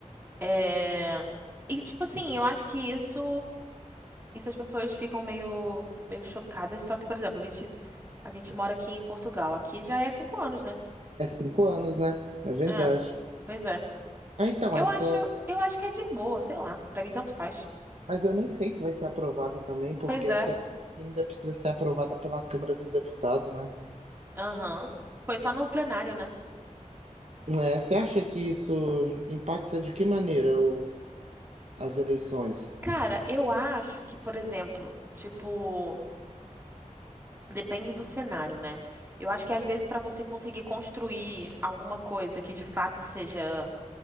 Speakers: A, on the right (about 15°); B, on the right (about 60°).
A: É... E, tipo assim, eu acho que isso, isso as pessoas ficam meio, meio chocadas. Só que, por exemplo, a gente, a gente mora aqui em Portugal. Aqui já é cinco anos, né?
B: é cinco anos, né? É verdade.
A: É, pois é.
B: Ah, Então,
A: Eu
B: essa.
A: acho, eu acho que é de boa, sei lá. Pra mim, tanto faz.
B: Mas eu nem sei se vai ser aprovado também, porque
A: Pois
B: essa
A: é.
B: PEC ainda precisa ser aprovada pela Câmara dos Deputados, né?
A: Aham. Foi só no plenário, né?
B: É, você acha que isso impacta de que maneira o- as eleições?
A: Cara, eu acho que, por exemplo, tipo, depende do cenário, né? Eu acho que às vezes pra você conseguir construir alguma coisa que de fato seja